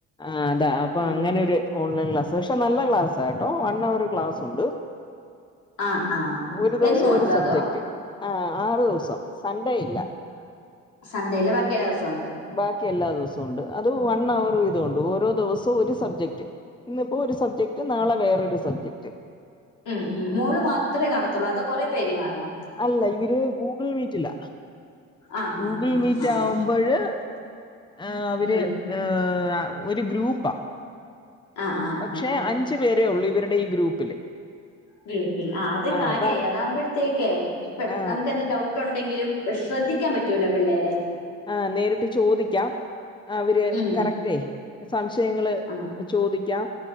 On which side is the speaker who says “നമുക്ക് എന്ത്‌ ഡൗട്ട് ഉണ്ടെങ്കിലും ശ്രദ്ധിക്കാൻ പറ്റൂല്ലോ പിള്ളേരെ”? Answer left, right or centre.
Left